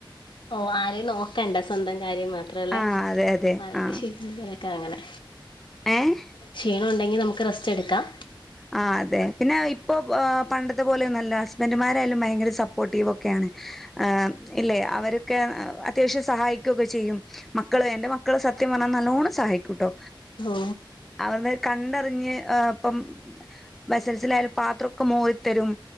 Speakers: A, on the left; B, in the centre.
A: ഓ ആരെയും നോക്കണ്ട സ്വന്തം കാര്യം മാത്രല്ലേ
B: ആഹ് അതെ അതെ
A: ആ
B: ആഹ്
A: ശ ക്കങ്ങനെ
B: ഏഹ്
A: ക്ഷീണം ഉണ്ടെങ്കിൽ നമുക്ക് റെസ്റ്റ് എടുക്കാം.
B: ആ അതെ പിന്നെ ഇപ്പൊ പണ്ടത്തെ പോലെയൊന്നല്ല ഹസ്ബൻഡുമാരായാലും ഭയങ്കര സപ്പോർട്ടീവൊക്കെയാണ്. ആം ഇല്ലേ അവരൊക്കെ അത്യാവശ്യം സഹായിക്കൊക്കെ ചെയ്യും മക്കള് എന്റെ മക്കള് സത്യം പറഞ്ഞാൻ നല്ലോണം സഹായിക്കൂട്ടോ
A: ഓ
B: അവര് കണ്ടറിഞ്ഞ് അപ്പം ബസൽസിലായാലും പാത്രോക്കെ മോറിത്തരും.